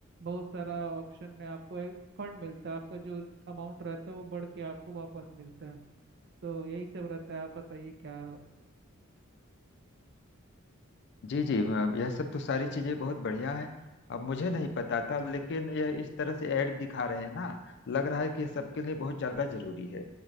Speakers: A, on the right; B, on the left.
A: बहुत सारा ऑप्शन में आपको फंड मिलता है आपका जो अमाउंट रहता है वो बढ़ के आपको वापस मिलता है तो यही सब रहता है आप बताइए क्या
B: जी जी अ, यह सब तो सारी चीजें बहुत बढ़िया है अब मुझे नहीं पता था लेकिन यह इस तरह से ऐड दिखा रहे हैं ना लग रहा है कि यह सबके लिए बहुत ज्यादा जरूरी है